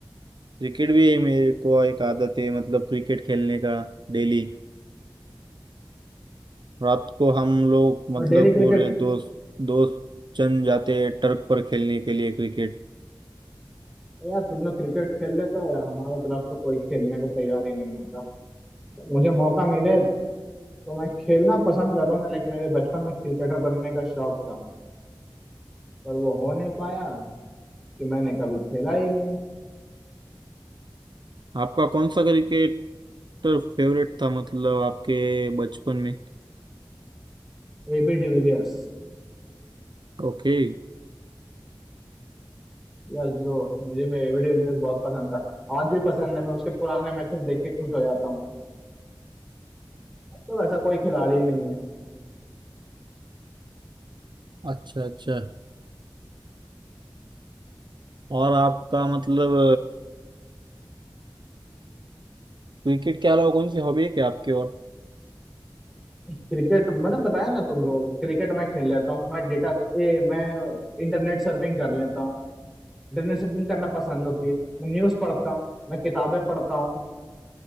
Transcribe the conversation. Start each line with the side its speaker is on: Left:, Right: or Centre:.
Right: क्रिकेट भी है मेरे को एक आदत है मतलब क्रिकेट खेलने का डेली रात को हम लोग
Centre: और
Right: मतलब
Centre: डेली क्रिकेट
Right: पूरे दोस्त दोस्त जन जाते हैं टर्क पर खेलने के लिए क्रिकेट
Centre: यार तुम लोग क्रिकेट खेल लेते हो यार हमारे तरफ तो कोई खेलने को तैयार ही नहीं होता तो मुझे मौका मिले तो मैं खेलना पसंद करूंगा लेकिन मेरे बचपन में क्रिकेटर बनने का शौक था पर वो हो नहीं पाया कि मैंने कभी खेला ही नहीं
Right: आपका कौन सा क्रिकेटर फेवरेट था मतलब आपके बचपन में
Centre: AB de Villiers
Right: ओके
Centre: Yes bro मुझे मैं एबी डिविलियर्स बहुत पसंद था आज भी पसंद है मैं उसके पुराने मैचेस देख के खुश हो जाता हूँ अब तो वैसा कोई खिलाड़ी ही नहीं है
Right: अच्छा अच्छा और आपका मतलब क्रिकेट के अलावा कौन सी हॉबी है क्या आपके और
Centre: क्रिकेट मैंने बताया ना तुमको क्रिकेट मैं खेल लेता हूँ मैं डेटा ए मैं इंटरनेट सर्फिंग कर लेता हूँ इंटरनेट सर्फिंग करना पसंद होती है मैं न्यूज पढ़ता हूँ मैं किताबें पढ़ता हूँ